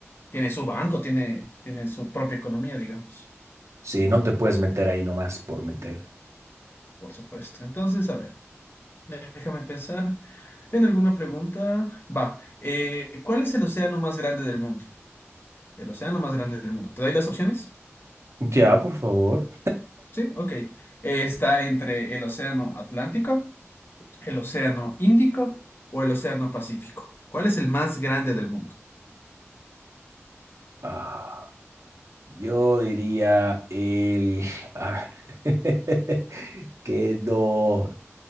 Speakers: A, on the left; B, on the right.
A: Tiene su banco, tiene, tiene su propia economía, digamos,
B: Sí, no te puedes meter ahí nomás por meter.
A: por supuesto. Entonces, a ver. Déjame pensar en alguna pregunta. Va, eh, ¿cuál es el océano más grande del mundo? El océano más grande del mundo. ¿Te doy las opciones?
B: Ya, por favor.
A: Sí, ok. Eh, está entre el océano Atlántico, el océano Índico o el océano Pacífico. ¿Cuál es el más grande del mundo?
B: Ah. Yo diría el... <laughs> a ver, <laughs> que no...